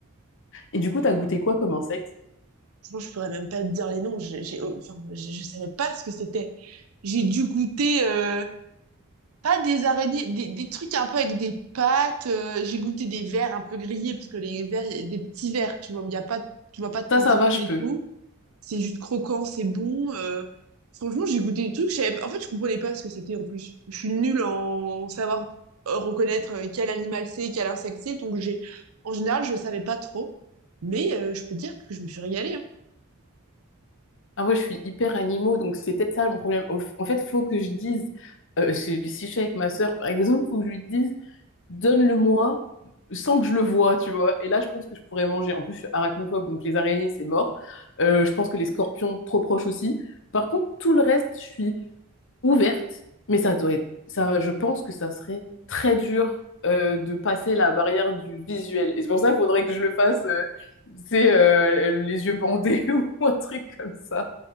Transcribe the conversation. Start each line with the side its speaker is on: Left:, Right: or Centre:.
Left: Et du coup, t'as goûté quoi comme insecte?
Right: Franchement, je pourrais même pas te dire les noms. J'ai, j'ai- enfin, je, je savais pas ce que c'était. J'ai dû goûter euh, pas des araignées, des, des trucs un peu avec des pattes. euh, j'ai goûté des vers un peu grillés parce que les vers, il y a des petits vers, tu vois, où il y a pas, tu vois pas de
Left: Ça,
Right: tentacules
Left: ça va, je peux.
Right: et tout. C'est juste croquant, c'est bon. euh, Franchement, j'ai goûté des trucs. je savais- En fait, je comprenais pas ce que c'était en plus. Je suis nulle en savoir euh, reconnaître euh, quel animal c'est, quel insecte c'est. Donc, j'ai... en général, je savais pas trop. Mais euh, je peux dire que je me suis régalée. hein.
Left: Ah, moi, je suis hyper animaux, donc c'est peut-être ça mon problème. Au- En fait, faut que je dise, euh, si si je suis avec ma sœur, par <laughs> exemple, faut que je lui dise. donne-le-moi sans que je le vois, tu vois. Et là, je pense que je pourrais manger. En plus, je suis arachnophobe, donc les araignées, c'est mort. Euh, je pense que les scorpions, trop proches aussi. Par contre, tout le reste, je suis ouverte, mais ça doit être, ça, je pense que ça serait très dur euh, de passer la barrière du visuel. Et c'est pour ça qu'il faudrait que je le fasse, euh, tu sais, euh, les yeux bandés <laughs> ou un truc comme ça.